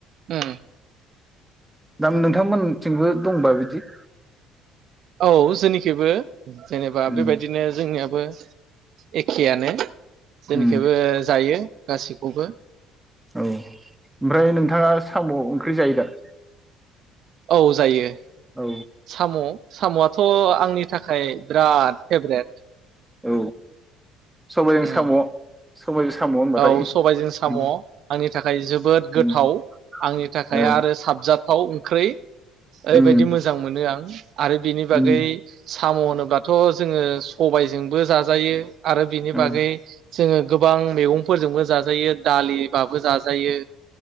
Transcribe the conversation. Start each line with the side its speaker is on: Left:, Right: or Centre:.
Right: उम
Centre: दाम नोंथांमोनथिंबो दंबा बिदि
Right: औ जोंनिखैबो जेनेबा
Centre: उम
Right: बेबायदिनो जोंनियाबो एखेयानो जोंनिखैबो
Centre: उम
Right: जायो। गासैखौबो
Centre: औ ओमफ्राय नोंथाङा साम'ओंख्रि जायो दा?
Right: औ जायो ।
Centre: औ
Right: साम' साम'आथ आंनि थाखाय खाय बिराद फेभरेट।
Centre: औ सबायाइजों
Right: उम
Centre: साम'। सबायजों साम' होनबाथाय
Right: औ सबायजों साम'
Centre: उम
Right: आंनि थाखाय जोबोद
Centre: उम
Right: गोथाव आंनि थाखाय
Centre: औ
Right: आरो साबजाथाव ख्रि ओरैबायदि
Centre: उम
Right: मोजां मोनो आं आरो बिनि बागै
Centre: उम
Right: साम' होनोबाथ जोङो सबायजोंबो जाजायो आरो बिनि
Centre: औ
Right: बागै जोङो गोबां मैगं फोरजोंबो जाजायो दालिबाबो जाजायो